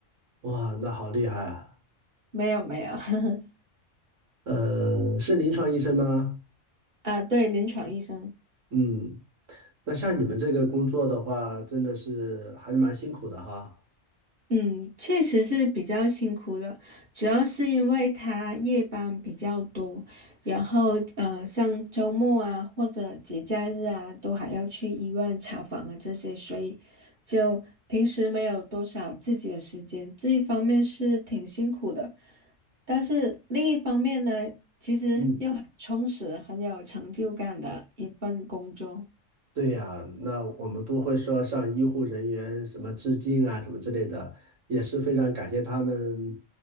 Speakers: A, on the right (about 80°); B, on the right (about 40°).
A: 哇，那好厉害啊！
B: 没有没有，<laughs>
A: 呃，是临床医生吗？
B: 啊，对，临床医生。
A: 嗯，那像你们这个工作的话，真的是还是蛮辛苦的哈。
B: 嗯，确实是比较辛苦的，主要是因为他夜班比较多，然后呃，像周末啊或者节假日啊，都还要去医院查房啊这些，所以就平时没有多少自己的时间，这一方面是挺辛苦的，但是另一方面呢，其实又很充实、
A: 嗯。
B: 很有成就感的一份工作。
A: 对呀，那我们都会说向医护人员什么致敬啊，什么之类的，也是非常感谢他们